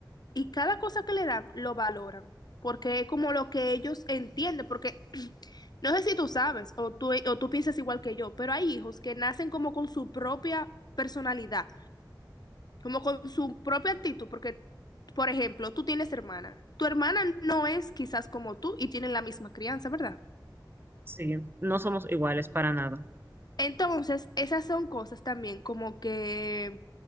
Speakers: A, on the left; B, on the right.
A: y cada cosa que le dan lo valoran porque es como lo que ellos entienden, porque no sé si tú sabes o tú, o tú piensas igual que yo, pero hay hijos que nacen como con su propia personalidad como con su propia actitud, porque, por ejemplo, tú tienes hermana, tu hermana no es quizás como tú y tienen la misma crianza, ¿verdad?
B: Sí, no somos iguales para nada.
A: Entonces, esas son cosas también como que